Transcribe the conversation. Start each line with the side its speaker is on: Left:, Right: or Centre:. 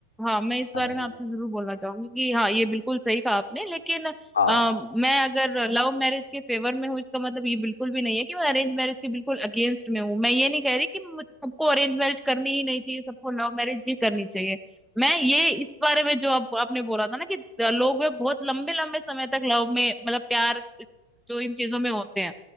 Centre: हाँ मैं इस
Left: हाँ
Centre: बारे
Left: जी
Centre: में आपसे जरूर बोलना चाहूंगी कि हाँ ये बिल्कुल सही कहा आपने लेकिन
Left: हाँ
Centre: अ, मैं अगर लव मैरिज के फेवर में हूँ इसका मतलब ये बिल्कुल भी नहीं है कि मैं अरेंज मैरिज के बिल्कुल अगेंस्ट में हूँ मैं ये नहीं कह रही कि मुझ- सबको अरेंज मैरिज करनी ही नहीं चाहिए सबको लव मैरिज ही करनी चाहिए मैं ये इस बारे में जो आप, आपने बोला था ना कि लोग वे बहुत लंबे लंबे समय तक लव में मतलब प्यार इस- जो इन चीजों में होते हैं